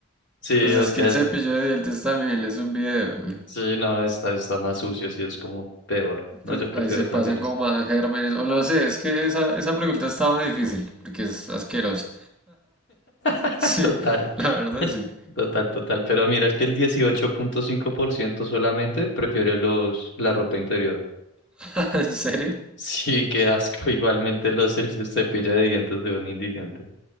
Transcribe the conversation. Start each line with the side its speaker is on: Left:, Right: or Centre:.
Left: Sí,
Centre: pues
Left: Oscar.
Centre: es que el cepillo de dientes también es un video, güey.
Left: Sí, no, está, está más sucio, sí, es como peor. No,
Centre: Pues
Left: yo prefiero
Centre: ahí se
Left: también
Centre: pasan
Left: eso.
Centre: como más gérmenes, o no sé, es que esa, esa pregunta estaba difícil, porque es asquerosa.
Left: <laughs>
Centre: Sí,
Left: Total,
Centre: la verdad
Left: <laughs>
Centre: sí.
Left: total, total. Pero mira que el dieciocho punto cinco por ciento solamente prefiere los, la ropa interior. <laughs>
Centre: <laughs> ¿En serio?
Left: Sí, qué asco. Igualmente los, el ce- cepillo de dientes de un indigente.